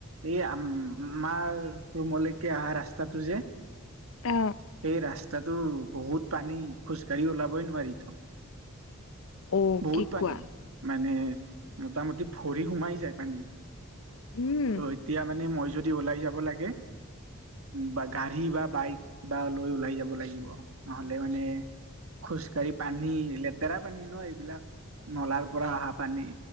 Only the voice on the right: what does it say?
এই আ আমাৰ ৰুমলৈকে অহা ৰাস্তাটো যে
সেই ৰাস্তাটো বহুত পানী খোজকাাঢ়ি ওলাবই নোৱাৰি ত
বহুত
পানী
মানে মোটামুটি ভৰি সোমাই যায় পানীত
অ এতিয়া মানে মই যদি ওলাই যাব লাগে বা গাড়ী বা বাইক কিবা লৈ ওলাই যাব লাগিব। নহ'লে মানে খোজকাঢ়ি পানী লেতেৰা পানী ন এইবিলাক নলাৰ পৰা অহা পানী